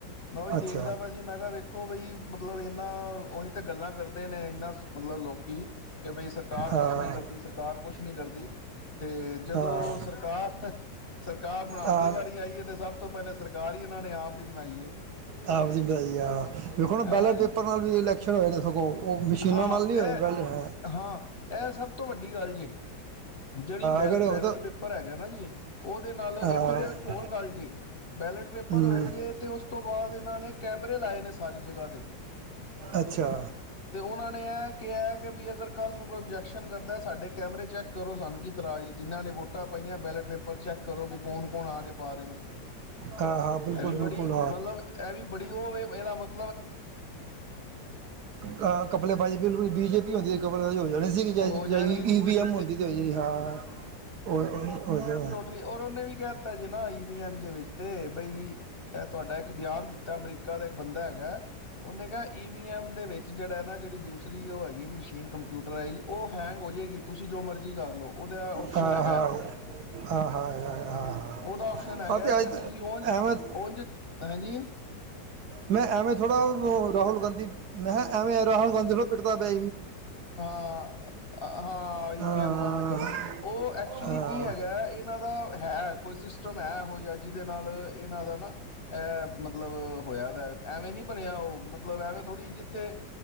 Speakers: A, on the left; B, on the right.
A: ਮੈਂ ਉਹੀ
B: ਅੱਛਾ
A: ਦੇਖਦਾ ਪਾ ਸੀ ਮੈਂ ਕਿਹਾ ਵੇਖੋ ਬਈ ਮਤਲਬ ਇਹਨਾ ਉਹਨ ਤੇ ਗੱਲਾਂ ਕਰਦੇ ਨੇ ਇਨਾ ਮਤਲਬ ਲੋਕੀ ਕਿ ਬਈ ਸਰਕਾਰ
B: ਹਾਂ
A: ਕੁਛ ਨੀ ਕਰਦੀ ਸਰਕਾਰ ਕੁਛ ਨੀ ਕਰਦੀ ਤੇ ਜਦੋਂ
B: ਹਾਂ
A: ਸਰਕਾਰ ਕਾਰ ਬਣਾਉਣ
B: ਆ
A: ਦੀ ਵਾਰੀ ਆਈ ਹੈ ਸਭ ਤੋਂ ਪਹਿਲੇ ਸਰਕਾਰ ਹੀ ਇਹਨਾਂ ਨੇ ਆਪ ਦੀ ਬਣਾਈ
B: ਆਪਦੀ ਵਧਾਈ ਆ ਵਖੋ ਨਾ ਬੈਲਟ
A: ਹਨਾ ਜੀ
B: ਪੇਪਰ ਨਾਲ ਵੀ ਇਲੈਕਸ਼ਨ ਹੋਏ ਨੇ ਸ ਕੋਲ ਉਹ ਮਸ਼ੀਨਾਂ
A: ਹਾਂ
B: ਨਾਲ ਨੀ ਹੋਏ
A: ਇਹ
B: ਬੈਲਟ ਹੈ
A: ਹਾਂ ਇਹ ਸਭ ਤੋਂ ਵੱਡੀ ਗੱਲ ਜੇ ਜਿਹੜੀ ਬੈਲ
B: ਅਗਰ
A: ਬੈਲਟ
B: ਉਹ ਤਾਂ
A: ਪੇਪਰ ਹੈਗਾ ਨਾ ਜੀ ਉਹਦੇ ਨਾਲ
B: ਅ,
A: ਇਹ ਫਿਰ ਇੱਕ ਹੋਰ ਗੱਲ ਜੇ ਬੈਲੇਟ ਪੇਪਰ
B: ਹਮ,
A: ਹੋਏ ਜੇ ਤੇ ਉਸ ਤੋਂ ਤੋਂ ਬਾਅਦ ਇਹਨਾਂ ਨੇ ਕੈਮਰੇ ਲਾਏ ਨੇ ਸਾਰੀ ਜਗ੍ਹਾ ਤੇ
B: ਅੱਛਾ
A: ਤੇ ਉਹਨਾਂ ਨੇ ਇਹ ਕਿਹਾ ਕਿ ਵੀ ਅਗਰ ਕੱਲ੍ਹ ਨੂੰ ਕੋਈ ਓਬਜੈਕਸ਼ਨ ਕਰਦਾ ਸਾਡੇ ਕੈਮਰੇ ਚੈੱਕ ਕਰੋ ਸਨ ਕਿ ਤਰਾਜੇ ਜਿਨ੍ਹਾਂ ਨੇ ਵੋਟਾਂ ਪਾਈਆਂ ਬੈਲਟ ਪੇਪਰ ਚੈੱਕ ਕਰੋ ਵੀ ਕੌਣ ਕੌਣ ਆ ਕੇ ਪਾ ਰਹੇ ਨੇ
B: ਹਾਂ ਹਾਂ ਬਿਲਕੁਲ
A: ਇਹ ਵੀ
B: ਬਿਲਕੁਲ
A: ਬੜੀ ਮਤਲਬ ਇਹ ਵੀ ਬੜੀ ਉਹਵੇ ਇਹਦਾ ਮਤਬ
B: ਹਾਂ ਕੱਪੜਜਪੀ ਬੀਜੇਪੀ ਹੁੰਦੀ ਕਪ ਹੋ ਜਾਣੇ ਸੀਗੀ
A: ਹੋ ਜਾਣੀ
B: ਈਵ
A: ਸੀ
B: ਐਮ ਹੁੰਦੀ
A: ਤੇ
B: ਜਾਣੀ ਹਾਂ ਜਾ
A: ਲਈ ਔਰ ਉਹਨੇ ਵੀ ਕਹਿ ਦਿੱਤਾ ਜੇ ਨਾ ਈਵ ਐਮ ਦੇ ਵਿੱਚ ਤੇ ਬਈ ਇਹ ਤੁਹਾਡਾ ਇੱਕ ਬਿਆਨ ਦਿੱਤਾ ਅਮਰੀਕਾ ਨਕਾ ਦਾ ਇੱਕ ਬੰਦਾ ਹੈਗਾ ਉਹਨੇ ਕਿਹਾ ਈਵੀ ਐਮ ਦੇ ਵਿੱਚ ਜਿਹੜਾ ਨਾ ਜਿਹੜੀ ਦੂਸਰੀ ਉਹ ਹੈਗੀ ਮਸ਼ੀਨ ਕੰਪਿਊਟਰਾਈਜ਼ ਉਹ ਹੈਂਗ ਹੋਈ ਜਾਗੀ ਤੁਸੀਂ ਜੋ ਮਰਜ਼ੀ ਕਰ ਲਓ ਉਹਦਾ ਆਪਓਪਸ਼ਨ
B: ਹਾਂ
A: ਹੈਗਾ
B: ਹਾਂ ਹਾਂ ਹਾਂ ਹਾਂ
A: ਉਹਦਾ ਆਪਪਸ਼ਨ ਹੈਗਾ
B: ਹਾਂ ਅੱਜ
A: ਤੇ ਤੁਸੀਂ ਉਂਝ
B: ਐਵੇਂ
A: ਉਂਝ ਪਰਜੀੀ
B: ਮੈਂ ਐਵੇਂ ਥੋੜ੍ਹਾ ਰਾਹੁਲ ਗਾਂਧੀ ਮੈਂ ਕਿਹਾ ਐਵੇ ਰਾਹੁਲ ਗਾਂਧੀ ਥੋੜਾ ਪਿੱਟ ਦਾ ਪੈ
A: ਹਾਂ ਹਾਂ ਈਵ
B: ਹਾਂ
A: ਐਮ ਬੰਦ ਕਰੋ ਉਹ ਐਕਚੁਲੀ
B: ਹਾਂ
A: ਕੀ ਹੈਗਾ ਇਹਨਾਂ ਦਾ ਹੈ ਕੋਈ ਸਿਸਟਮ ਹੈ ਹੋ ਜਾ ਜਿਹਦੇ ਨਾਲ ਇਹਨਾਂ ਦਾ ਅਹ ਮਤਲਬ ਮਤਲਬ ਹੋਇਆ ਐਵੇਂ ਨੀ ਬਣਿਆ ਉਹ ਮਤਲਬ ਐਵੇਂ ਥੋੜ੍ਹੀ ਜਿਹੀ ਜਿੱਥੇ